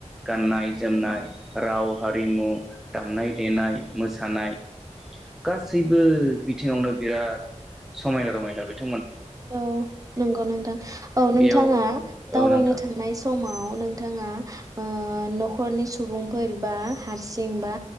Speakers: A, in the centre; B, on the right.
A: गाननाय जोमनाय राव हारिमु दामनाय देनाय मोसानाय गासैबो बिथिङावनो बिराद समायना रमायना बिथां
B: औ नंगौ नोंथां औ नोंथाङा
A: बेयाव
B: दावबायनो
A: औ नोंथां
B: थानाय समाव नोंथाङा नखरनि सुबुंफोर बा हारसिं बा